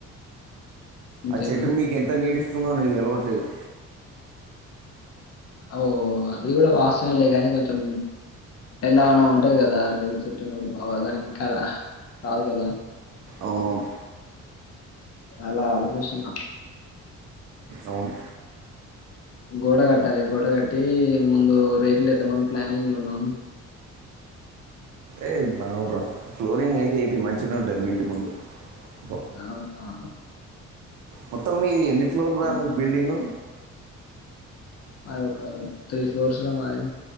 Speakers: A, on the left; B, on the right.
A: అంతేనా?
B: ఆ చెట్టు మీకు ఎంత నీడ ఇస్తుందో నీకు తెలవట్లేదు
A: ఓ అది కూడా వాస్తవమే లే కానీ కొంచెం ఎలానో ఉంటది కదా అనేది చెట్టు ఉన్నప్పుడూ దానికి కల రాదు కదా
B: అవునవును
A: అలా ఆలోచిస్తున్నా
B: అవును
A: గోడ కట్టాలి గోడ కట్టి ముందు రేకులు వేద్దామని ప్లానింగ్ లో ఉన్నాను
B: ఏ <unintelligible> బావు బ్ర <unintelligible> ఫ్లోరింగ్ అయితే ఇది మంచిగా ఉంటది మీ ఇంటి ముందు ఇదో.
A: ఆ ఆ
B: మొత్తం మీది ఎన్ని ఫ్లోర్ రా
A: ఇం-
B: మీ బిల్డింగ్
A: మాది ఒక త్రీ ఫ్లోర్స్ రా మాది